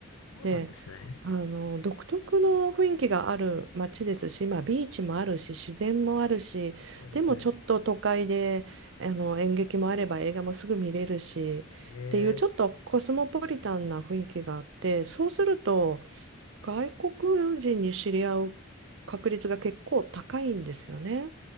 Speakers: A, on the left; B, on the right.
A: そうなんですね。
B: で、あの独特の雰囲気がある街ですし、まあ、ビーチもあるし自然もあるしでもちょっと都会であの演劇もあれば映画もすぐ見れるしっていうちょっとコスモポリタンな雰囲気があってそうすると
A: はい、はい。ええ、
B: 外国人に知り合う確率が結構高いんですよね。